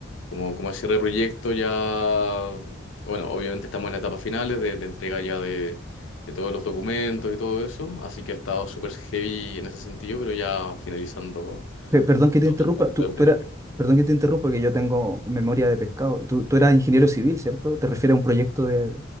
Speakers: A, on the left; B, on the right.
A: como, como cierre de proyecto ya, bueno, obviamente estamos en la etapa finales de, de entrega ya de, de todos los documentos y todo eso, así que ha estado súper heavy en ese sentido, pero ya finalizando
B: Pe- perdón que te
A: todo
B: interrumpa, tú,
A: el
B: tú
A: tema.
B: eras, perdón que te interrumpa, que yo tengo memoria de pescado. Tú, tú eras ingeniero civil, ¿cierto? ¿Te refieres a un proyecto de, de